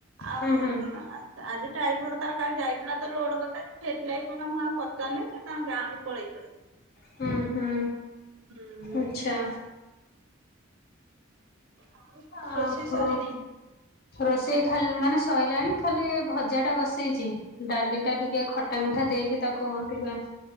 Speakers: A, on the right; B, on the left.
A: ଆଉ
B: ହୁଁ ହୁଁ
A: ନା। ଆଜି ଟାଇଭର ତାର କାଲି ଯାଇଥିଲା ତ ଲୋଡ କଥା ସେ ଫେରିଲା କି କଣ <unintelligible> ପଚାର୍ ନାଇଁ ସେ ତାଙ୍କ ଗାଁକୁ ପଳେଇଚନ୍ତି।
B: ହୁଁ-ହୁଁ
A: ହୁଁ
B: ଆଚ୍ଛା।
A: ଆଉ
B: ଆଁ
A: ରୋଷେଇ
B: ହଁ।
A: ସରିନି
B: ରୋଷେଇ ଖାଲ୍‌ ମାନେ ସଇଲାଣି ଖାଲି ଭଜାଟା ବସେଇଚି। ଡାଲି ଟା ଟିକେ ଖଟା ମିଠା ଦେଇକି ତାକୁ ଟିକେ